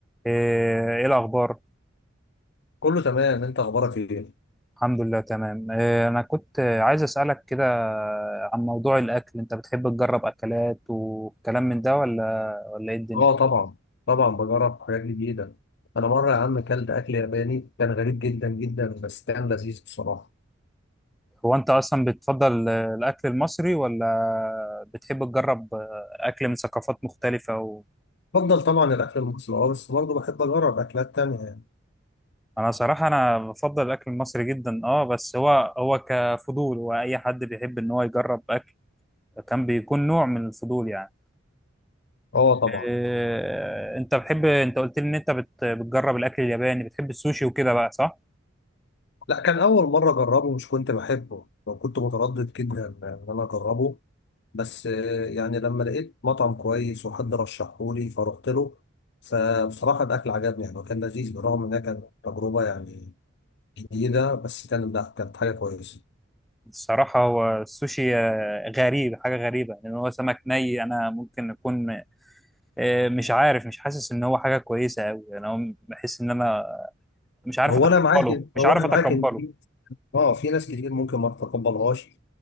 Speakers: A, in the centre; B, on the left.
A: ايه إيه الاخبار
B: كله تمام انت اخبارك ايه
A: الحمد لله تمام إيه انا كنت عايز اسالك كده عن موضوع الاكل انت بتحب تجرب اكلات وكلام من ده ولا ولا ايه الدنيا
B: اه طبعا طبعا بجرب حاجات جديده انا مره يا عم كلت اكل ياباني كان غريب جدا جدا بس كان لذيذ بصراحه
A: هو انت اصلا بتفضل الاكل المصري ولا بتحب تجرب اكل من ثقافات مختلفه و...
B: بفضل طبعا الاكل المصري اه بس برضه بحب اجرب اكلات تانية يعني.
A: انا صراحه انا بفضل الاكل المصري جدا اه بس هو هو كفضول واي حد بيحب ان هو يجرب اكل كان بيكون نوع من الفضول يعني
B: اه طبعا
A: آه، انت بتحب انت قلت لي ان انت بت- بتجرب الاكل الياباني بتحب السوشي وكده بقى صح
B: لا كان اول مره اجربه مش كنت بحبه لو كنت متردد جدا ان انا اجربه بس آه، يعني لما لقيت مطعم كويس وحد رشحهولي فروحت له فبصراحه الاكل عجبني يعني وكان لذيذ بالرغم انها كانت تجربه يعني جديده بس كان لا كانت حاجه كويسه
A: الصراحه هو السوشي آه، غريب حاجه غريبه لان هو سمك ني انا ممكن اكون آه، مش عارف مش حاسس ان هو حاجه كويسه قوي انا بحس ان انا مش عارف
B: ما هو
A: اتقبله
B: انا معاك ما
A: مش
B: هو
A: عارف
B: انا
A: اتقبله
B: معاك ان في اه في ناس كتير ممكن ما تتقبلهاش